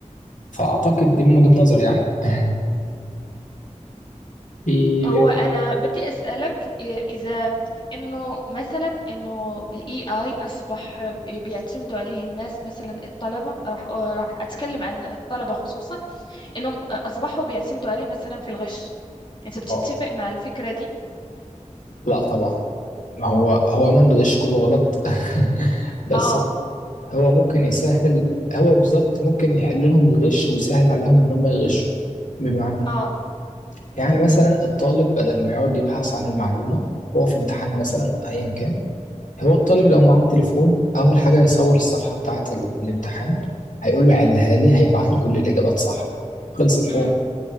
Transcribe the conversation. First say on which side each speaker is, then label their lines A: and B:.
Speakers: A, on the left (about 85°); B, on the left (about 40°).
A: فاعتقد دي من وجهة نظري يعني <laughs> في
B: هو انا بدي اسالك إيه اذا انه مثلا انه الاي اي اصبح بيعتمدوا عليه الناس مثلا الطلبه راح آه، راح اتكلم عن الطلبه خصوصا انهم اصبحوا بيعتمدوا عليه مثلا في الغش انت بتتفق
A: آه،
B: مع الفكره دي
A: لا طبعا ما هو هو عموما الغش كله غلط <laughs> بس
B: اه
A: هو ممكن يسهل هو بالظبط ممكن يحل لهم الغش ويسهل عليهم ان هم يغشوا بمعنى
B: اه
A: يعني مثلا الطالب بدل ما يقعد يبحث عن المعلومة هو في امتحان مثلا ايا كان هو الطالب
B: امم
A: لو معاه التليفون اول حاجة يصور الصفحة بتاعة ال- الامتحان هيقول له حلها لي هيبعت له كل الاجابات صح خلص الحوار
B: امم